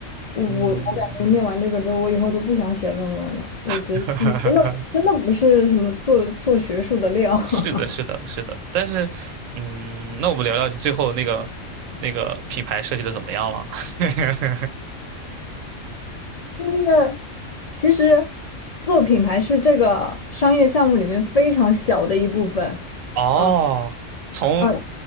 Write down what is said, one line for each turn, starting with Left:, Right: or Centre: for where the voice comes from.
Left: 我我我感觉念完这个之后，
Right: 嗯，
Left: 我以后都不想写论文了。我觉得你真的真的不是什么做做学术的料。
Right: <laughs> 是的，
Left: <laughs>
Right: 是的，是的，但是，嗯，那我们聊聊你最后那个那个品牌设计的怎么样了？<laughs>
Left: 就是其实做品牌是这个商业项目里面非常小的一部分。
Right: 哦，
Left: 嗯
Right: 从
Left: 嗯，